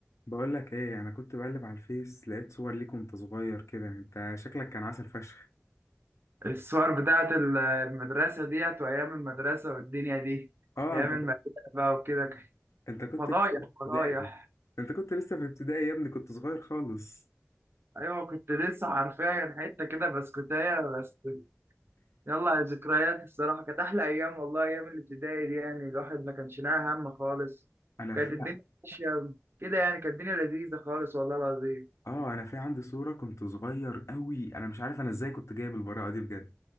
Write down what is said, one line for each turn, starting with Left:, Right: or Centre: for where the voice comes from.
Left: بقول لك ايه انا كنت بقلب على الفيس لقيت صور ليك وانت صغير كده انت شكلك كان عسل فشخ
Right: الصور بتاعت ال- المدرسة ديت وأيام المدرسة والدنيا دي
Left: اه
Right: أيام
Left: انت
Right: المدرسة بقى وكده كان
Left: انت كنت
Right: فضايح
Left: لسه في ابتدائي
Right: فضايح
Left: انت كنت لسه في ابتدائي يا ابني كنت صغير خالص
Right: أيوة كنت لسه حرفيا حتة كده بسكوتاية بس يلا على الذكريات الصراحة كانت أحلى أيام والله أيام الابتدائي دي يعني الواحد ما كانش ناقي هم خالص
Left: انا
Right: كانت
Left: في
Right: الدنيا ماشية كده يعني كانت الدنيا لذيذة خالص والله العظيم
Left: اه انا في عندي صورة كنت صغير قوي انا مش عارف انا ازاي كنت جايب البراءة دي بجد